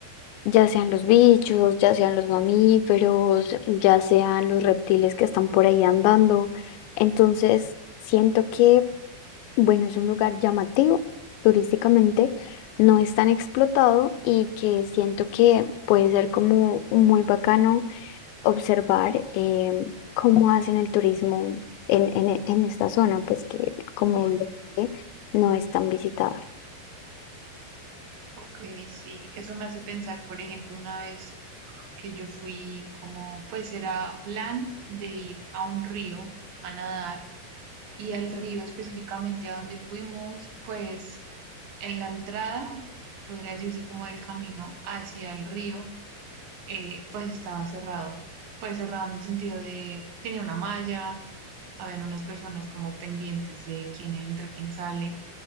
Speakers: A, on the left; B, on the right.
A: ya sean los bichos, ya sean los mamíferos, ya sean los reptiles que están por ahí andando. Entonces, siento que bueno, es un lugar llamativo turísticamente, no es tan explotado y que siento que puede ser como muy bacano observar eh, cómo hacen el turismo en, en, e, en esta zona, pues que como
B: Sí.
A: lo dije, no es tan visitada.
B: Ok, sí, eso me hace pensar, por ejemplo, una vez que yo fui como, pues era plan de ir a un río a nadar y al río específicamente a donde fuimos, pues en la entrada, podría decirse como el camino hacia el río, eh, pues estaba cerrado, pues cerrado en el sentido de, tenía una malla, habían unas personas como pendientes de quién entra, quién sale